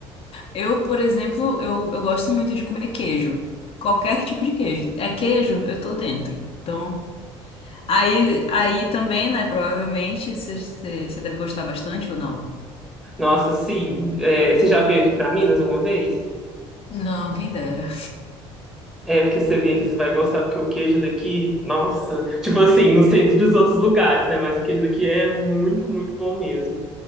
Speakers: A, on the left; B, in the centre.
A: Eu, por exemplo, eu, eu gosto muito de comer queijo. Qualquer tipo de queijo. É queijo, eu tô dentro. Então, aí, aí também, né? Provavelmente você deve gostar bastante ou não?
B: nossa, sim. É, você já veio aqui pra Minas alguma vez?
A: Não, quem dera.
B: É, porque você vem aqui, você vai gostar, porque o queijo daqui, nossa. Tipo assim, não sei dos outros lugares, né? Mas o queijo daqui é muito, muito bom mesmo.